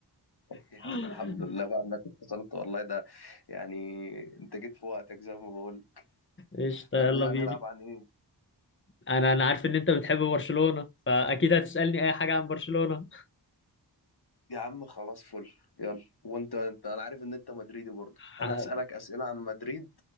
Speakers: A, on the left (about 60°); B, on the left (about 30°).
A: <laughs>
B: <laughs>
A: يا عم الحمد لله بقى انك اتصلت والله ده يعني انت جيت في وقتك زي ما بقول
B: قشطه
A: طب
B: يلا
A: ايه
B: بينا
A: هنلعب عن ايه
B: انا انا عارف ان انت بتحب برشلونه فاكيد هتسالني اي حاجه عن برشلونه
A: يا عم خلاص فل يلا وانت انت انا عارف ان انت مدريدي برضو
B: ح-
A: انا اسالك اسئله عن مدريد